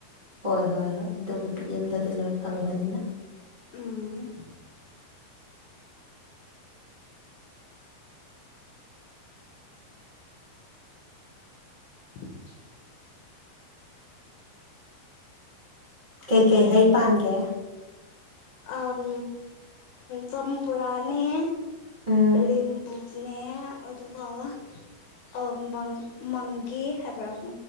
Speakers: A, on the right (about 25°); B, on the left (about 75°).
A: ꯍꯣꯏ ꯍꯣꯏ ꯍꯣꯏ ꯑꯗꯨꯕꯨꯗꯤ ꯌꯨꯝꯗꯗꯤ ꯂꯣꯏ ꯐꯪꯕꯅꯤꯅ
B: ꯎꯝ <unintelligible> <inaudible>
A: ꯀꯩꯀꯩ ꯍꯩ ꯄꯥꯟꯒꯦ
B: ꯑꯝ ꯁꯝ ꯄꯨꯔꯥꯅꯤ
A: ꯎꯝ
B: ꯂꯦꯝꯕꯨꯅꯦ ꯑꯗꯨꯒꯪ ꯃꯪꯒꯤ ꯍꯥꯏꯕ꯭ꯔꯥꯪ